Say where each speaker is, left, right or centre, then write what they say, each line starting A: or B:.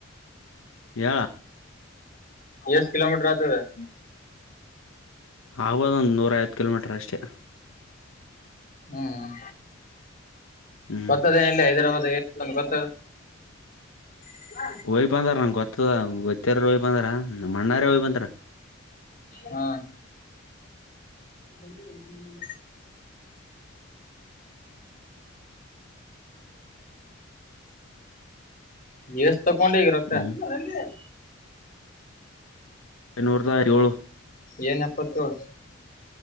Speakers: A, on the left; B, on the left.
A: ಳ
B: ಎಷ್ಟ ಕಿಲೋಮೀಟರ್ ಆತದೆ
A: ಹ್ಮ್ ಆಗೋದು ಒಂದು ನೂರ ಐವತ್ತು ಕಿಲೋಮೀಟರ್ ಅಷ್ಟೇ
B: ಹ್ಮ್
A: ಹ್ಮ್
B: ಗೊತ್ತದೇ ಇಲ್ಲಿ ಹೈದರಾಬಾದ್ ಗೊತ್ತ ಹ
A: ಹಯ್ ಬಂದ್ರ ನ ಗೊತ್ತದ ಗೊತ್ತಾರ ಹಯ್ ಬಂದ್ರಮ್ಮ ಮಣ್ಣಾರೇ ಹಯ್ ಬಂದ್ರ
B: ಹಾ ಹ ಹ್ಮ ದಸ್ ತ ಕಡಗ ರತ
A: ಹ್ಮ್
B: <unintelligible>
A: ಎನ್ನೂರಾಯಏಳು
B: ಏನ್ ಎಪ್ಪತ್ತುೇಳ